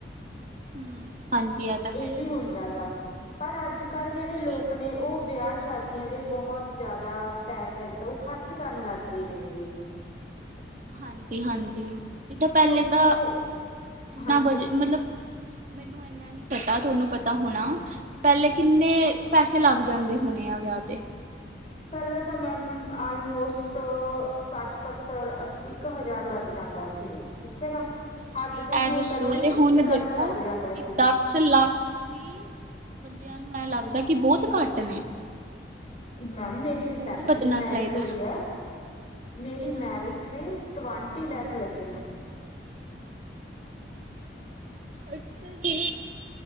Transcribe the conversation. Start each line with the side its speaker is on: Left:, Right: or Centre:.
Right: ਹੂੰ, ਹਾਂਜੀ ਤਾਂ
Left: ਇਹ
Right: ਹੈ ਹੀ।
Left: ਵੀ ਹੁੰਦਾ ਗਾ ਪਰ ਅੱਜ
Right: ਹੁਣ
Left: -ਕੱਲ੍ਹ
Right: ਕੁਛ
Left: ਜਿਹੜੇ ਲੋਕ ਨੇ, ਉਹ ਵਿਆਹ ਸ਼ਾਦੀ ਆਂ ਦੇ ਬਹੁਤ ਜ਼ਿਆਦਾ ਪੈਸਾ ਜਿਹੜਾ ਉਹ ਖਰਚ, ਕਰਨ ਲੱਗ ਗਏ ਨੇ ਗੇ
Right: ਹਾਂਜੀ -ਹਾਂਜੀ ਜਿਦਾਂ ਪਹਿਲੇ
Left: ਕਿਉਂਕਿ
Right: ਤਾਂ,
Left: ਉਹ
Right: ਇੰਨਾ
Left: ਹਾਂਜੀ
Right: ਬਜ ਮਤਲਬ ਮੈਨੂੰ ਏਨਾ ਨੀ ਪਤਾ ਤੁਹਾਨੂੰ ਪਤਾ ਹੋਣਾ ਪੈਲੇ ਕਿੰਨੇ ਪੈਸੇ ਲੱਗ ਜਾਂਦੇ ਹੋਣੇ ਆ ਵਿਆਹ ਤੇ
Left: ਪੈਲਾਂ ਤਾਂ ਮੈਮ ਆਲਮੋਸਟ ਸੱਠ-ਸੱਤਰ-ਅੱਸੀ ਕ ਹਜ਼ਾਰ ਲੱਗ ਜਾਂਦਾ ਸੀਗਾ। ਠੀਕ ਐ ਨਾ,
Right: ਤੇ
Left: ਹੱਦ ਤੁਸੀਂ
Right: ਇਹ ਦੱਸੋ
Left: ਏ ਕਹਿ ਲੋ ਵੀ
Right: ਤੇ ਹੁਣ
Left: ਇੱਕ ਲੱਖ
Right: ਦੇਖੋ
Left: ਲੱਗ ਜਾਂਦਾ
Right: ਕਿ
Left: ਸੀ।
Right: ਦਸ ਲੱਖ ਵੀ ਬੰਦਿਆਂ ਨੂੰ ਐ ਲੱਗਦਾ ਕਿ ਬੋਹਤ ਘੱਟ ਨੇ
Left: ਮੈਮ ਮੇਰੀ ਰਿਸੈਂਟਲੀ
Right: ਹੋਰ ਵਧਣਾ
Left: ਮੈਰਿਜ
Right: ਚਾਹੀਦਾ
Left: ਹੋਈ ਐ ਮੇਰੀ
Right: ਹਾਂਜੀ।
Left: ਮੈਰਿਜ ਤੇ ਟਵੈਂਟੀ ਲੈਖ ਲੱਗੇ।
Right: ਅੱਛਾ ਜੀ।